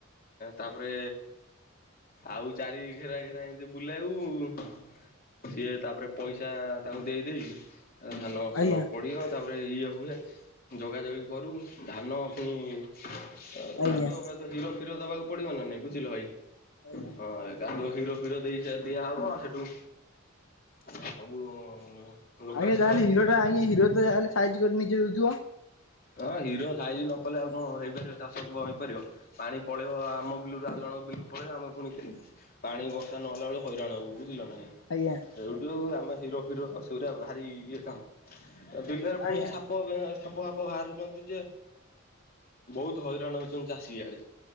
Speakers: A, on the left; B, on the left.
A: ତାପରେ ଆଉ ଚାରି ଘେରା ଘେରା ଏନ୍ତି ବୁଲାଉ। ସିଏ ତାପରେ ପଇସା ତାଙ୍କୁ ଦେଇଦେଇକି ଧାନ ଫସଲ
B: ଆଜ୍ଞା
A: ପଡ଼ିବ ତାପରେ ଇଏ ହୁଏ ଯଗାଯଗି କରୁ। ଧାନ ପୁଣି କାଦୁଅ
B: ଆଜ୍ଞା
A: ଫାଦୁଅ ହିର ଫୀର ଦବାକୁ ପଡିବ ନା ନାଇଁ ବୁଝିଲ ଭାଇ।
B: ସାଇଲା।
A: ହଁ ଏ କାଦୁଅ ହିରଫିର ଦେଇ ଯା ଦିଆହବ ସେଟୁ ଆ ସବୁ ଲୋକ
B: ଆଜ୍ଞା
A: ଆସି
B: ଯାହେଲେ
A: ହଁ
B: ହିରଟା ଆଜ୍ଞ ହିର ଯାହେଲେ ସାଇଜି କରିକି ନିଜେ ଦଉଥିବ।
A: ହଁ ହୀର ସାଇଜି ନ କଲେ ଆଉ କଣ ହେଇପାରିବ ଚାଷ କାମ ହେଇପାରିବ ପାଣି ପଳେଇ ଆମ ବିଲରୁ। ଆଉ ଜଣଙ୍କ ବିଲକୁ ପଳେଇବ ଆମେ ପୁଣି ପାଣି ବର୍ଷା ନହେଲା ବେଲୁକୁ ହଇରାଣ ହବୁ ବୁଝିଲନା ଭାଇ।
B: ଆଜ୍ଞା।
A: ସେଉଠୁ ଆମେ ହୀରଫୀର ସେଉରା ଭାରି ଇଏ କାମ ବିଲରେ ପୁଣି
B: ଆଜ୍ଞା
A: ସା ପ ବେ ସାପ ଫାପ ବାହାରୁଚନ୍ତି ଯେ ବହୁତ ହଇରାଣ ହଉଛନ୍ତି ଚାଷୀ ଇଆଡେ।